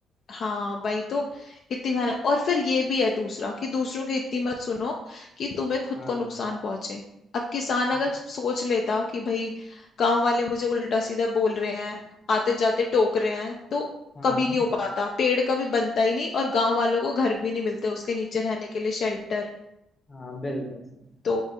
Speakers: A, on the left; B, on the left.
A: हाँ वही तो इतनी मेहनत और फिर ये भी है दूसरा कि दूसरों की इतनी मत सुनो कि तुम्हें खुद
B: है। हाँ
A: को नुकसान पहुंचे अब किसान
B: मतलब-
A: अगर सोच लेता कि भाई गांव वाले मुझे उल्टा सीधा बोल रहे हैं आते जाते टोक रहे हैं तो
B: हाँ
A: कभी नहीं हो पाता पेड़ कभी बनता ही नहीं और गांव वालों को घर भी नहीं मिलते उसके नीचे रहने के लिए शेल्टर
B: हाँ बिल्कुल सही
A: तो